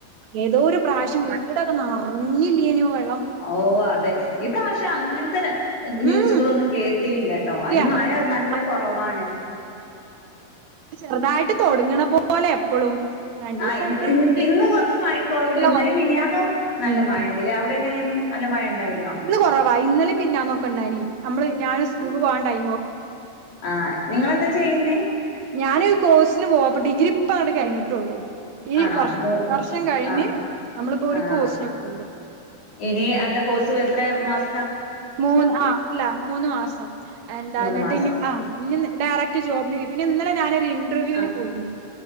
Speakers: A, on the right (about 55°); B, on the left (about 50°).
A: ഏതോ ഒരു പ്രാവശ്യം വീടൊക്കെ നർർഞ്ഞില്ലേന്യോ വെ
B: ഓ അതെ ഇപ്രാവിശ്യം അങ്ങൻത്തെ ന്യൂസുകളൊന്നും
A: ഉം
B: കേ ട്ടില്ലട്ടോ.
A: ഇല്ല
B: അയ്ന്
A: അതുകൊണ്ടൊരു
B: മഴ നല്ല കൊറവാണ്
A: ചെർതായിട്ട് തൊട്ങ്ങ്ണ പോലെ എപ്പളും രണ്ടീസായിട്ട്
B: ആഹ് ഇന്ന്
A: ഇണ്ട്.
B: ഇന്ന് കുറച്ച് മഴക്കുറവുണ്ട്
A: ഇന്ന് നല്ല
B: ഇന്നലിം
A: കൊറവാ
B: മിനിയാന്നും നല്ല
A: <inaudible>
B: മഴണ്ട്ല്ലേ അവിടെ എങ്ങനെയായിരുന്നു നല്ല മഴ ഉണ്ടായിരുന്നോ
A: ഇന്ന് കൊറവാ ഇന്നല്യും മിഞ്ഞാന്നൊക്കെണ്ടായിനി. നമ്മള് ഞാന് സ്കൂക്ക് പോകാൻ ടൈമ
B: ആ നിങ്ങളന്താ ചെയ്യുന്നേ?
A: ഞാന് കോഴ്സിന് പോവാ. അപ്പ ഡിഗ്രി ഇപ്പഅങ്ങട്ട് കഴിഞ്ഞിട്ടുള്ളൂ ഈ
B: ആണോ
A: വർ
B: മൂ
A: വർഷം കഴിഞ്ഞ്
B: ആഹ്
A: നമ്മളിപ്പോ ഒരു
B: ആഹ്
A: കോഴ്സ്ന് പോണ്ട്
B: ഇനി എന്താ കോഴ്സും എത്രെ മാസ
A: മൂന്ന് ആ അല്ല മൂന്ന് മാസം. എന്ത
B: മൂന്ന്
A: ന്നിട്ട്നി
B: മാസം
A: ആ ന്നി ഡയറക്ട് ക്ക് ജോബ്ന് പിന്നെ ഇന്നലെ ഞാനൊരുന്റർവ്യൂവിന്
B: ആ
A: പോയി.